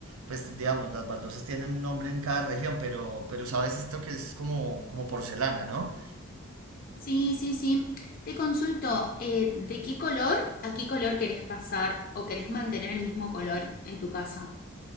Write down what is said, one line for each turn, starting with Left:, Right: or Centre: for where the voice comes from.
Right: pues digamos, las baldosas tienen un nombre en cada región, pero, pero sabes esto que es como, como porcelana, ¿no?
Left: Sí, sí, sí. Te consulto, eh, ¿de qué color a qué color querés pasar o querés mantener el mismo color en tu casa?